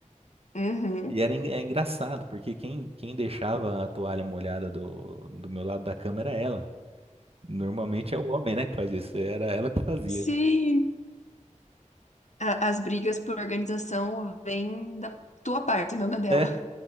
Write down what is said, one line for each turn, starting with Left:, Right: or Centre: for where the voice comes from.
Left: Uhum.
Right: E era en- é engraçado, porque quem, quem deixava a toalha molhada do, do meu lado da cama era ela. Normalmente é o homem, né, que faz isso. Era ela que fazia.
Left: Sim. A- as brigas por organização vêm da tua parte, não da dela.
Right: É,